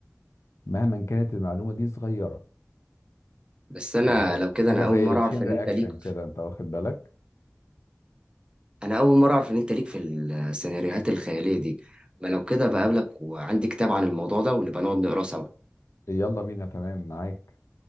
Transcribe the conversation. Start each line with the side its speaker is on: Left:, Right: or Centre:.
Left: مهما كانت المعلومه دي صغيره
Right: بس انا
Left: واخد-
Right: لو كده
Left: حاجه
Right: انا اول
Left: زي
Right: مره
Left: التشين
Right: اعرف ان
Left: رياكشن
Right: انت ليك
Left: كده انت واخد بالك
Right: انا اول مره اعرف ان انت ليك في السيناريوهات الخياليه دي ما لو كده بقابلك وعندي كتاب عن الموضوع ده ونبقى نقعد نقراه سوا
Left: يلا بينا تمام معاك